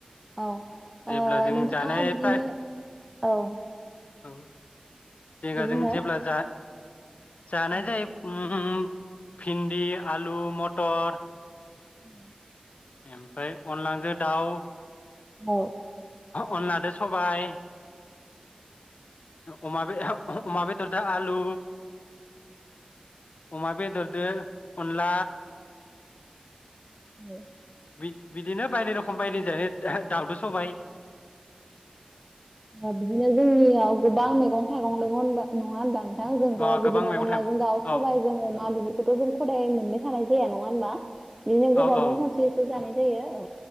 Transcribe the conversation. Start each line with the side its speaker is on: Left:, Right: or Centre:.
Centre: औ
Left: जेब्ला
Centre: ओ
Left: जों
Centre: नोंथाङा
Left: जानाय
Centre: बिदिनो।
Left: फ्राय
Centre: औ।
Left: औ। <unintelligible>
Centre: दे बुंनाय
Left: जेब्ला जा जानाय
Centre: औ
Left: जायो उम भिन्दि आलु मटर।
Centre: उम।
Left: ओमफ्राय अनलांजों दाउ।
Centre: ब।
Left: अनलादो सबाय। अमाबे अमाबे। दा आलु। अमा बेदरदो अनला।
Centre: औ।
Left: बि बिदिनो बायनि रखम बायदि जायो दाउदो सबाय
Centre: अ बिदिनो जोंनियाव गो दा मैगं थाइगं <unintelligible> नङा होनबा। दा जोंथ'
Left: अ गोबां
Centre: बिदिनो
Left: मैगं
Centre: अनलाजों
Left: थाइगं
Centre: दाउ सबायजों
Left: औ
Centre: अमा बेफोरखौथ' जों खदाय मोनबाय थानाय जाया नङा होनबा। बिदिनो गोबावजों
Left: औ औ
Centre: खनसेसो जानाय दैयो औ।